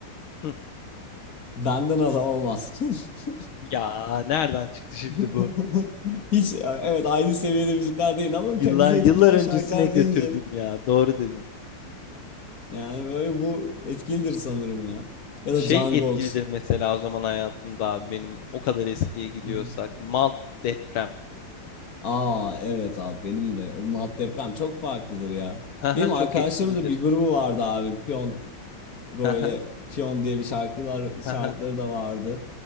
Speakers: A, on the left (about 70°); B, on the left (about 40°).
A: hı.
B: Benden adam olmaz. <laughs>
A: Ya nereden çıktı şimdi
B: <laughs>
A: bu?
B: Hiç e, evet aynı seviyede müzikler değil ama ke-
A: Yıllar
B: bizi etkileyen
A: yıllar öncesine
B: şarkılar
A: götürdün
B: deyince
A: ya. Doğru dedin.
B: yani böyle bu etkilidir sanırım ya. Ya
A: Şey
B: da Can
A: etkilidir
B: Gox.
A: mesela o zaman hayatımda abi benim o kadar eskiye gidiyorsak.
B: Hı hı.
A: Malt deprem.
B: Aa evet abi benim de onun alt deprem çok farklıdır ya.
A: Haha
B: Benim
A: çok
B: arkadaşlarımın
A: etkilidir.
B: da bir grubu vardı abi. Piyon böyle
A: Haha
B: Piyon diye bir şarkılar
A: haha
B: şarkıları da vardı.